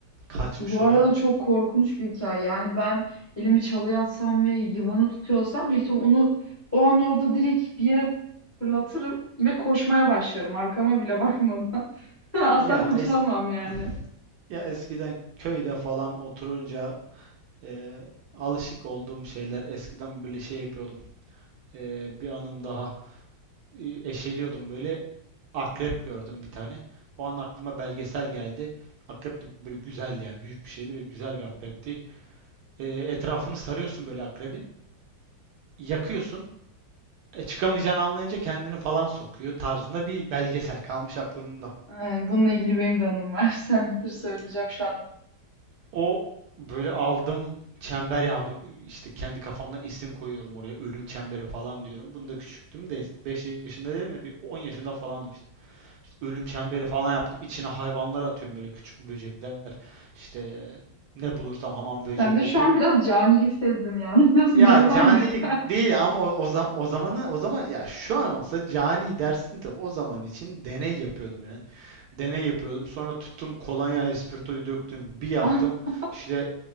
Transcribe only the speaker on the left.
Bu arada
çok korkunç bir hikaye. Yani ben elimi çalıya atsam ve yılanı tutuyorsam büyük ihtimal onu o an orada direkt bir yere fırlatırım ve koşmaya başlarım. Arkama bile bakmadan. <laughs> Asla
kurtulamam
yani.
Ay, bununla ilgili benim de anım var. <laughs> Sen bitir söyleyeceğim
şu an.
Sen
de şu
an biraz canilik sezdim yalnız.
<laughs> Normal
mi?
<laughs>